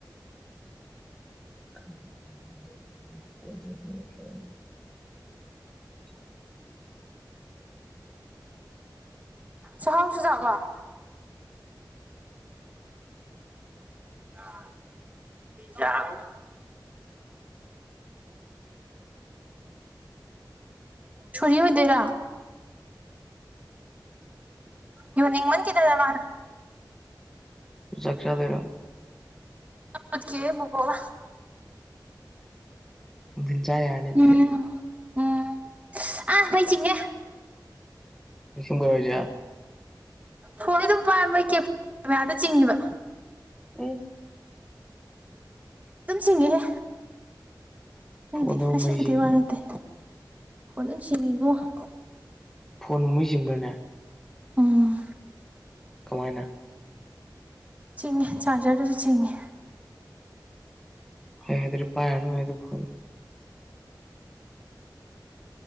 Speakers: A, in the centre; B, on the right (about 20°).
A: <unintelligible> <unintelligible>
B: ꯆꯥꯍꯥꯎ ꯆꯨꯖꯛꯂꯣ ꯫ ꯑ ꯌꯥꯡ ꯁꯔꯤ ꯑꯣꯏꯗꯣꯏꯔꯥ ꯌꯨꯅꯤꯡꯃꯟꯈꯤ <unintelligible> ꯃꯥꯅ
A: ꯆꯥꯛ ꯆꯥꯗꯣꯏꯔꯣ
B: <unintelligible>
A: ꯟꯖ ꯌꯥꯅꯤꯗꯦ
B: ꯎꯝ ꯎꯝ <inaudible> ꯑꯥ ꯃꯩ ꯆꯤꯡꯉꯦ
A: <unintelligible>
B: ꯐꯣꯟꯁꯤ ꯁꯨꯝ ꯄꯥꯏ <unintelligible> ꯆꯤꯡꯉꯤꯕ
A: ꯎꯝ
B: ꯗꯨꯝ ꯁꯤꯡꯉꯤꯍꯦ <unintelligible>
A: ꯐꯣꯟꯗꯕꯨ
B: ꯗꯤ ꯉꯁꯤ
A: ꯃꯩ
B: ꯈꯤꯇ
A: ꯆꯤꯡꯉꯤ
B: ꯋꯥ ꯅꯠꯇꯦ ꯐꯣꯟ ꯑꯗꯨꯝ ꯆꯤꯡꯉꯤ ꯏꯕꯨꯡꯉꯣ
A: ꯐꯣꯟ ꯃꯩ ꯆꯤꯡꯕ꯭ꯔꯅꯦ
B: ꯎꯝ
A: ꯀꯃꯥꯏꯅ
B: ꯆꯤꯡꯉꯦ ꯆꯥꯔꯖꯔꯗꯁꯨ ꯆꯤꯡꯉꯦ
A: <unintelligible> ꯑꯗꯨꯔꯤ ꯄꯥꯏꯔꯅꯨ ꯍꯦ <unintelligible>